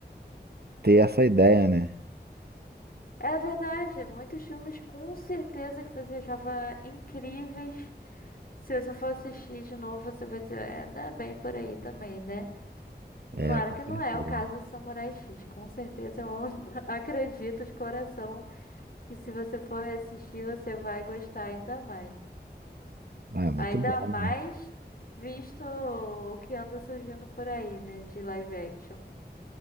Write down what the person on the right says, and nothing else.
ter essa ideia, né?
É,
com
certeza.
Ah, é muito
bom,
né?